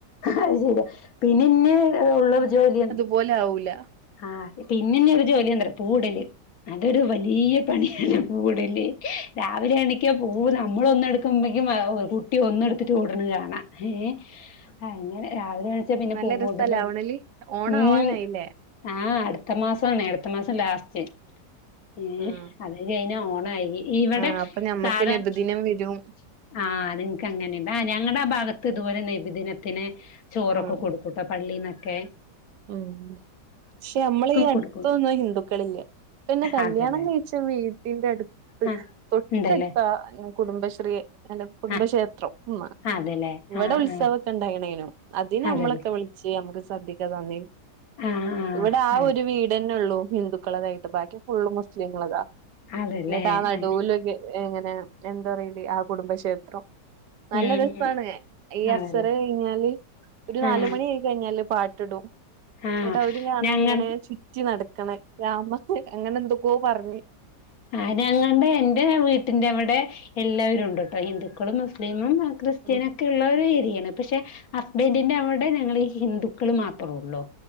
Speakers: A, on the left; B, on the right.
A: അത് ശരിയാ പിന്നെ ഇന്നെ ഒള്ള ജോലി
B: പോലെ ആവൂല്ല
A: ആ പിന്നെ ഒരു ജോലി ഉണ്ടല് പൂവിടല് ഇടല് അതൊരു വലിയ പണിയാണ്
B: ഉം
A: പൂവിടല് രാവിലെ എണീക്കാ പൂവിടാൻ നമ്മളൊന്ന് എടുക്കുമ്പോഴിക്കും കുട്ടി ഒന്ന് എടുത്തിട്ട് ഓടണ കാണാം ഏഹ് ആഹ് അങ്ങനെ രാവിലെ എണീച്ച പിന്നെ
B: നല്ല
A: പൂവ്
B: രസാ
A: കൊണ്ടലും
B: ലാവണല് ഓണം
A: ഉം-
B: ആവാനായില്ലേ
A: ആഹ് അടുത്ത മാസാണെ അടുത്ത മാസം ലാസ്റ്റ് ഏഹ്
B: ആഹ്
A: അത് കഴിഞ്ഞു കഴിഞ്ഞാൽ ഓണായി ഇവിടെ
B: ആഹ് അപ്പൊ ഞമ്മക്ക്
A: സാധാര
B: നബിദിനം വരും
A: - ആ അത് നിൻക്ക് അങ്ങനെയുണ്ട് ആഹ് ഞങ്ങടെ ആ ഭാഗത്ത് ഇതുപോലെ നെബിദിനത്തിന് ചോറൊക്കെ
B: ആഹ്
A: കൊടു ഇവുടുത്തെ പള്ളിനൊക്കെ
B: ഉം പക്ഷെ നമ്മളീ അടുത്തൊന്നും
A: കൊടുക്കും
B: ഹിന്ദുക്കളില്ല പിന്നെ കല്യാണം
A: അതെല്ലേ
B: കഴിച്ച വീട്ടിന്റെ അടുത്ത്
A: ആഹ്
B: തൊട്ടടുത്താ
A: ഉണ്ടല്ലേ
B: എ- കുടുംബശ്രീ എന്റെ കുടുംബക്ഷേത്രം
A: ആഹ്
B: ഉം
A: അതെല്ലേ
B: ഇവിടെ
A: ആഹ്
B: ഉത്സവൊക്കെ
A: ആഹ്
B: ഉണ്ടായണേലും അതിന്
A: അതെല്ലേ
B: നമ്മളൊക്കെ വിളി വിളിച്ച് നമ്മക്ക് സദ്യ ഒക്കെ തന്ന്
A: ആഹ് ആഹ്
B: ഇവിടെ ആ
A: ആഹ്
B: ഒരു വീടന്നെ ഉള്ളു ഹിന്ദുക്കളതായിട്ട് ബാക്കി ഫുള്ള് മുസ്ലീങ്ങൾടെതാ
A: ആഹ് അതല്ലേ
B: എന്നിട്ട് ആ നടുവിലൊര്
A: ആഹ്
B: ഇങ്ങനെ എന്താ പറയില് ആ കുടുംബക്ഷേത്രം നല്ല
A: ഉം
B: രസാണ്
A: ഉം
B: ഈ
A: അതല്ലേ
B: അസ്സറ് കഴിഞ്ഞാല് ഒരു നാല്
A: ആഹ്
B: മണി ആയി കഴിഞ്ഞാല് പാ ട്ടിടും
A: ആഹ്
B: എന്നട്ട് അവര് കാണെ
A: ഞങ്ങൾ
B: ഇങ്ങനെ ചുറ്റി നട ക്കണ് രാമ അങ്ങനെ എന്തൊക്കോ പറഞ്ഞ്
A: അരാങ്ങാണ്ട് എന്റെ വീട്ടിന്റെ അവിടെ- എല്ലാരുംയുണ്ട് കേട്ടോ ഹിന്ദുക്കളും മുസ്ലിമും ക്രിസ്ത്യനൊക്കെ
B: ഉം
A: ഉള്ളൊരു ഏരിയാണ് പക്ഷെ ഹസ്ബന്റിന്റെ അവിടെ ഞങ്ങള് ഹിന്ദുക്കള് മാത്രയുള്ളൂ